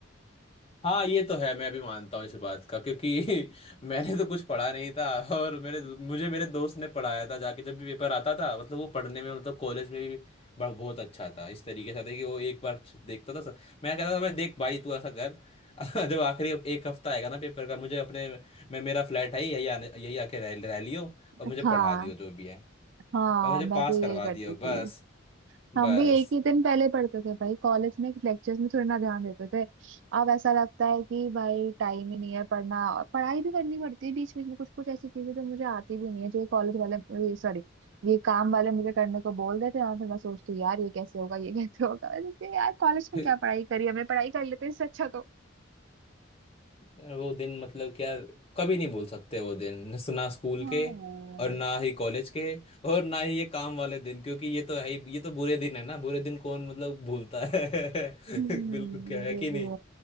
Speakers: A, on the left; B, on the right.
A: हाँ ये तो है मैं भी मानता हूँ इस बात का क्योंकि <laughs> मैंने तो कुछ पढ़ा नहीं था <laughs> और मेरे मुझे मेरे दोस्त ने पढ़ाया था जाके जब भी पेपर आता था मतलब वो पढ़ने में मतलब कॉलेज में भी ब- बहुत अच्छा था इस तरीके से था कि वो एक बार देखता था सब- मैं कहता था भाई देख भाई तू ऐसा कर <laughs> जब आखिरी एक हफ्ता आएगा ना पेपर का मुझे अपने मैं मेरा फ्लैट है ही, यही आने यही आके रह रह लियो
B: <laughs>
A: और मुझे पढ़ा
B: हाँ
A: दियो जो भी है
B: हाँ
A: और मुझे
B: मैं
A: पास
B: भी
A: करवा
B: यही करती
A: दियो
B: थी
A: बस बस
B: हम भी एक ही दिन पहले पढ़ते थे भाई कॉलेज में लेक्चर्स में थोड़ी ना ध्यान देते थे अब ऐसा लगता है कि भाई टाइम ही नहीं है पढ़ना और पढ़ाई भी करनी पड़ती है बीच बीच में कुछ कुछ ऐसी चीजें जो मुझे आती भी नहीं है जो कॉलेज वाले सॉरी ये काम वाले मुझे करने को बोल देते हैं और फिर मैं सोचती हूँ, यार ये कैसे होगा ये कैसे होगा मैंने कहा, यार कॉलेज में
A: <laughs>
B: क्या पढ़ाई करी हमने पढ़ाई कर लेते इससे अच्छा तो
A: यार वो दिन मतलब क्या कभी नहीं भूल सकते वो दिन न- ना स्कूल
B: हाँ
A: के और ना ही कॉलेज के और ना ही ये काम वाले दिन क्योंकि ये तो है ही ये तो बुरे दिन है ना बुरे दिन कौन मतलब भूलता है <laughs>
B: हम्म
A: बिल्कुल क्या है
B: ये
A: कि
B: भी
A: नहीं